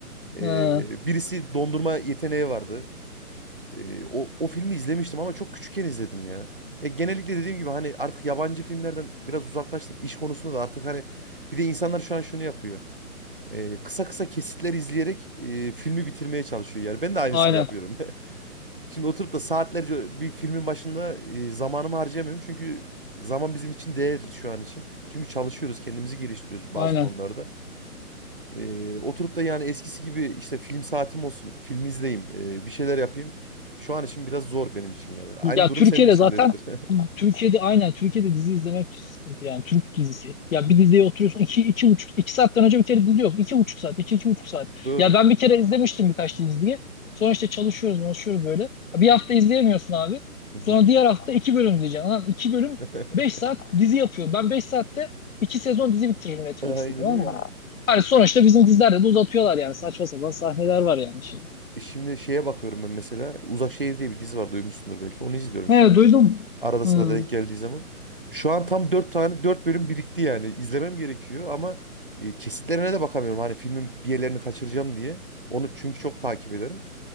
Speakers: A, on the right; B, on the left.
A: E,
B: He,
A: birisi dondurma yeteneği vardı. Ee, o, o filmi izlemiştim ama çok küçükken izledim ya. Ya genellikle dediğim gibi hani artık yabancı filmlerden biraz uzaklaştım. İş konusunda da artık hani bir de insanlar şu an şunu yapıyor. Ee, kısa kısa kesitler izleyerek e, filmi bitirmeye çalışıyor. Yani ben de aynısını
B: aynen
A: yapıyorum. <laughs> Şimdi oturup da saatlerce bir filmin başında e, zamanımı harcayamıyorum. Çünkü zaman bizim için değerli şu an için. Çünkü çalışıyoruz, kendimizi geliştiriyoruz bazı
B: aynen.
A: konularda. Ee, oturup da yani eskisi gibi işte film saatim olsun, film izleyeyim, ee, bir şeyler yapayım. Şu an için biraz zor benim için yani. Aynı
B: Ya
A: durum
B: Türkiye'de
A: senin için
B: zaten
A: de öyledir. <laughs>
B: Türkiye'de aynen Türkiye'de dizi izlemek sıkıntı yani Türk dizisi. Ya
A: Hı
B: bir
A: hı.
B: diziye oturuyorsun iki, iki buçuk iki saatten önce bir kere dizi yok. İki buçuk saat iki iki buçuk saat.
A: Doğru.
B: Ya ben bir kere izlemiştim birkaç diziyi. Sonra işte çalışıyoruz çalışıyoruz böyle. Ya Bir hafta izleyemiyorsun abi.
A: Hı hı.
B: Sonra diğer hafta iki bölüm izleyeceksin. Lan iki bölüm
A: <laughs>
B: beş saat dizi yapıyor. Ben beş saatte iki sezon dizi bitiririm Netflix'te
A: Aynen
B: tamam
A: öyle.
B: mı? Hani
A: E,
B: sonuçta bizim dizilerde de uzatıyorlar yani saçma sapan sahneler var yani şimdi.
A: e, Şimdi şeye bakıyorum ben mesela. Uzak Şehir diye bir dizi var duymuşsundur belki. Onu izliyorum
B: He
A: şu an.
B: duydum.
A: Arada sırada
B: Hı,
A: denk geldiği zaman. Şu an tam 4 tane 4 bölüm birikti yani. İzlemem gerekiyor ama e, kesitlerine de bakamıyorum. Hani filmin bir yerlerini kaçıracağım diye. Onu çünkü çok takip ederim.